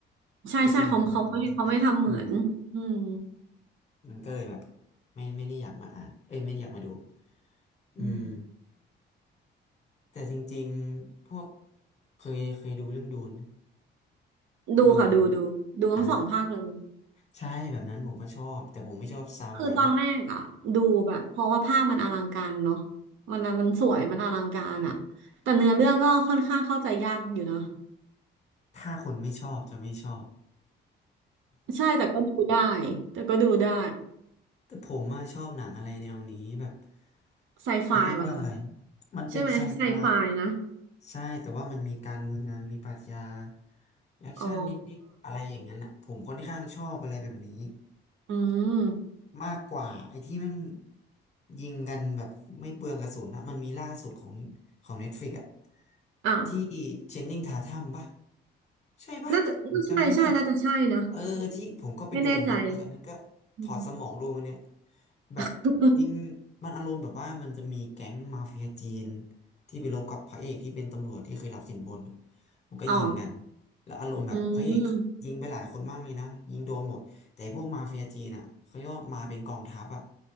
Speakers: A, on the left (about 35°); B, on the right (about 80°).
A: ๆก็จะมีบางตอนที่ผิดอืม
B: ใช่ใช่เขาเขาไม่เขาไม่ทำเหมือนอืม
A: มันก็เลยแบบไม่ไม่ได้อยากมาอ่านเอ้ยไม่ได้อยากมาดูอืม
B: อืม
A: แต่จริงๆพวกเคยเคยดูเรื่องดูนไหม
B: ดูค่ะดูดูดูทั้งสองภาคเลย
A: ดูนอ่าใช่แบบนั้นผมก็ชอบแต่ผมไม่ชอบซาวอนะ
B: คือตอนแรกอ่ะดูแบบเพราะว่าภาพมันอลังการเนาะมันมันสวยมันอลังการอ่ะแต่เนื้อเรื่องก็ค่อนข้างเข้าใจยากอยู่นะ
A: ถ้าคนไม่ชอบจะไม่ชอบ
B: ใช่แต่ก็ดูได้แต่ก็ดูได้
A: แต่ผมอะชอบหนังอะไรแนวนี้แบบ
B: ไซไฟป่ะคะ
A: เขาเรียกว่าอะไร มันเป็นไซไฟ
B: ใช่ไหมไซไฟนะ
A: ใช่แต่ว่ามันมีการเมืองมีปรัชญาแอคชั่นนิดๆอะไรอย่างนั้นอะผมค่อนข้างชอบอะไรแบบนี้
B: อ๋ออืม
A: มากกว่าไอ้ที่แมันยิงกันแบบไม่เปลืองกระสุนนะมันมีล่าสุดของของ Netflix อะ
B: อ่ะ
A: ที่เจนนิงทาทัมปะใช่ปะผมจำไม่ได้
B: น่าจะน่าใช่ใช่น่าจะใช่นะ
A: เออที่ผมก็ไปดูเหมือนกันเอออันนั้นก็ถอดสมองดูกันเนี่ย
B: ไม่แน่ใจ อืม
A: แบบจริง
B: <laughs>
A: มันอารมณ์แบบว่ามันจะมีแก๊งมาเฟียจีนที่ไปรบกับพระเอกที่เป็นตำรวจที่เคยรับสินบนมันก็ยิงกัน
B: อ๋อ
A: แล้วอารมณ์แบบพระเอกยิงไปหลายคนมากเลยนะยิงโดนหมดแต่พวกมาเฟียจีนอ่ะเขาเรียกว่ามาเป็นกองทัพอ่ะ
B: อืม